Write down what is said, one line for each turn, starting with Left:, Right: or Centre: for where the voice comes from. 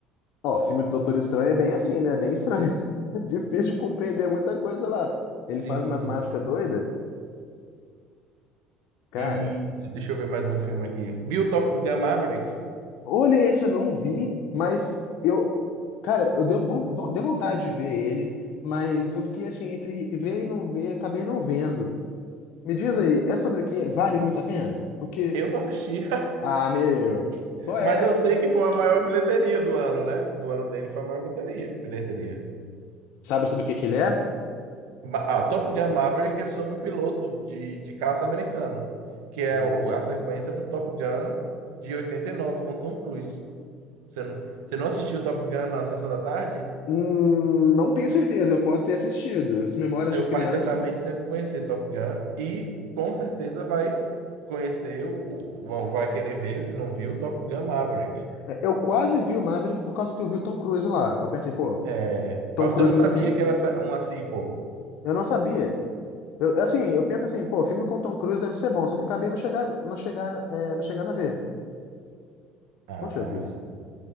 Left: Ó, filme do Doutor Estranho é bem assim, né? É bem estranho. <laughs> Difícil de compreender muita coisa lá. Ele
Right: Sim.
Left: faz umas mágicas doidas. Cara,
Right: E deixa eu ver mais um filme aqui. Bill Top Gun Maverick.
Left: olha esse, eu não vi, mas eu. Cara, eu deu, von- von- deu vontade de ver ele, mas eu fiquei assim, entre ver e não ver, acabei não vendo. Me diz aí, é sobre o quê? Vale muito a pena? Porque.
Right: Eu não assisti,
Left: Ah, meu.
Right: <laughs>
Left: Qual é?
Right: mas eu sei que foi a maior bilheteria do ano, né? Do ano dele foi a maior bilheteria. Bilheteria.
Left: Sabe sobre o que que ele é?
Right: Ma- Ah, Top Gun Maverick é sobre um piloto de, de caça americano, que é
Left: Hum.
Right: o- a sequência do Top Gun de 89 com Tom Cruise. Você não, você não assistiu Top Gun na sessão da tarde?
Left: Hum, não tenho certeza, eu posso ter assistido. As memórias
Right: Seu
Left: de criança.
Right: pai certamente deve conhecer Top Gun e com certeza vai conhecer, o, o- vai querer ver, se não viu, Top Gun Maverick.
Left: É, Eu quase vi o Maverick por causa que eu vi o Tom Cruise lá. Eu pensei, pô,
Right: É,
Left: Tom
Right: mas
Left: Cruise
Right: você não sabia
Left: no filme?
Right: que era essa- uma sequel?
Left: Eu não sabia. Eu, assim, eu penso assim, pô, filme com Tom Cruise deve ser bom, só que eu acabei não chegar, não chegar, é, não chegando a ver.
Right: Ah,
Left: Poxa vida.
Right: sim.